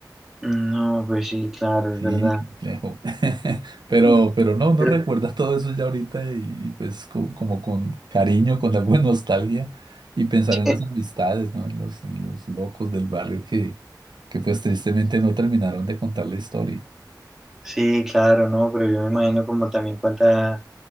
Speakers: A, in the centre; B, on the right.
A: Mm, No, pues sí, claro,
B: Sí,
A: es verdad.
B: complejo. <laughs> Pero,
A: Mm,
B: pero no, no
A: Pero...
B: recuerda todo eso ya ahorita y, y, pues co- como con cariño, con alguna nostalgia y pensar
A: <laughs>
B: en las amistades, ¿no? En los, en los locos del barrio que, que pues tristemente no terminaron de contar la historia.
A: Sí, claro, no, pero yo me imagino como también cuánta,